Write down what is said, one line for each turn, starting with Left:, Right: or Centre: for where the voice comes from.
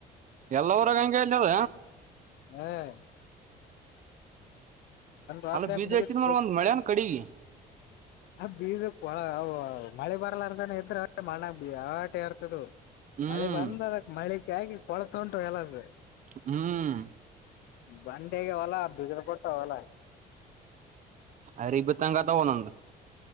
Right: ಎಲ್ಲವರಗ ಹಂಗೆ ಹೇಳ್ದಾವ
Left: ಹ್ಮ್ ಹೋದ್ಮ್ಯಾಕ್
Right: ಅಲ್ಲ ಬೀಜ
Left: ಮುಗಿತ್
Right: ಹೆಚ್ಚಿದ್ ಮ್ರ ಒಂದ್ ಮಳೆಾನ ಕಡಿಗೆ
Left: ಅದ್ ಬೀಜಕ್ ಮಳೆ ಬರಲಾರದಾನ ಇದ್ರೆ ಮಣ್ಣ ಬ್ಯಾಟೆರ್ತದ
Right: ಹ್ಮ್
Left: ಮಳೆ ಬಂದ ಅದಕ್ ಮಳಿಗ್ ಆಗಿ ಕೊಳತ ಉಂಟು ಎಲ್ಲಾದರು
Right: ಹ್ಮ್
Left: ಬಂಟೆಗೆ ಹೊಲ್ಲ ಬಿಗದ ಪಡ್ಟ್ಟಾ ಹೊಲ್ಲ
Right: ಅರಿ ಇಬ್ಬ ತಂಗತ ಹನು